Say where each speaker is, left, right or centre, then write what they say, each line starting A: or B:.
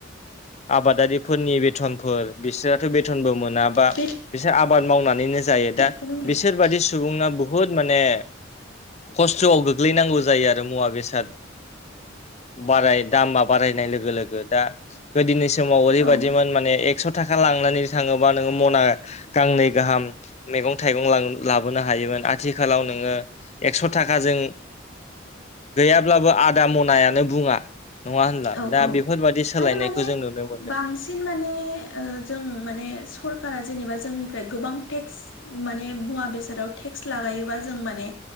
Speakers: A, on the left (about 35°); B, on the left (about 80°).
A: आबादारिफोरनि बेथनफोर बिसोराथ' बेथनबो मोनाबा
B: बे
A: बिसोर आबाद मावनानैनो जायो
B: थिगखौनो
A: दा
B: बुंदों
A: बिसोरबादि सुबांना बुहुत माने खस्थ'आव गोग्लैनांगौ जायो आरो मुवा बेसाद बाराय दामा बारायनाय लोगो लोगो दा गोदोनि समाव ओरैबायदिमोन
B: औ
A: माने एकस' थाखा लांनानै थाङोबा नोङो मना गांनै गाहाम मैगं थाइगं लाबोनो हायोमोन आथिखालाव नोङो एकस' थाखाजों गैयाब्लाबो आदा मनायानो बुङा नङा होनब्ला
B: औ
A: दा
B: औ
A: बेफोरबादि सोलायनायखौ
B: आरो माने
A: जों नुनो मोनो
B: बांसिन माने जों माने सरकारा जेनेबा जोंनिफ्राय गोबां टेक्स माने मुवा बेसादाव टेक्स लागायोबा जों माने